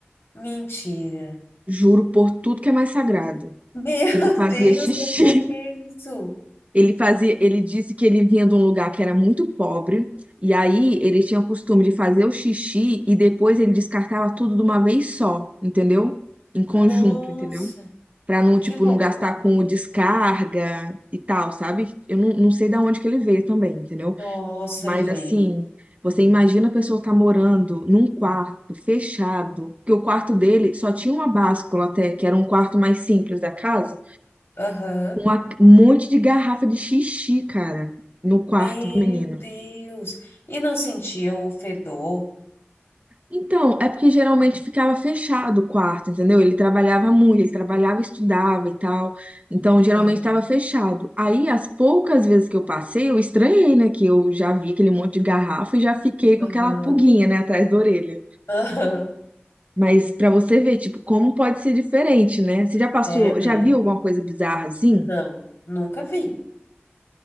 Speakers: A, on the left; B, on the right.
A: mentira.
B: Juro por tudo que é mais sagrado.
A: Meu
B: Ele fazia
A: <laughs> Deus,
B: xixi.
A: mas por que isso?
B: Ele fazia, ele disse que ele vinha de um lugar que era muito pobre, e aí ele tinha o costume de fazer o xixi e depois ele descartava tudo de uma vez só, entendeu? Em conjunto,
A: Nossa,
B: entendeu? Pra não,
A: que
B: tipo,
A: loucura.
B: não gastar com descarga e tal, sabe? Eu não, não sei da onde que ele veio também, entendeu?
A: Nossa,
B: Mas
A: gente.
B: assim, você imagina a pessoa tá morando num quarto fechado, que o quarto dele só tinha uma báscula até, que era um quarto mais simples da casa
A: Aham.
B: uma- um monte de garrafa de xixi, cara, no quarto
A: Meu
B: do menino.
A: Deus. E não sentia o fedor?
B: Então, é porque geralmente ficava fechado o quarto, entendeu? Ele trabalhava muito, ele trabalhava, estudava e tal. Então, geralmente
A: Ah,
B: estava fechado. Aí, as poucas vezes que eu passei, eu estranhei, né? Que eu já vi aquele monte de garrafa e já fiquei com
A: aham.
B: aquela pulguinha, né, atrás da orelha.
A: Aham.
B: Mas pra você ver, tipo, como pode ser diferente, né? Você já passou,
A: É, né?
B: já viu alguma coisa bizarra assim?
A: Não, nunca vi.